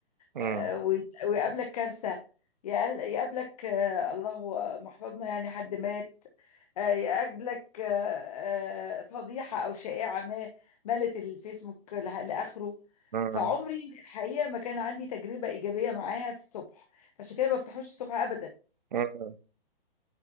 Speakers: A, on the right; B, on the left.
A: مم،
B: آه، ويت- ويقابلك كارثة يقل- يقابلك آه، الله محفظنا يعني حد مات آه، يقابلك آه، آه، فضيحة أو شائعة ما ملت الفيسبوك لح- لآخره
A: مم،
B: فعمري الحقيقة ما كان عندي تجربة إيجابية معاها في الصبح فعشان كده ما بفتحوش الصبح أبدا
A: مم.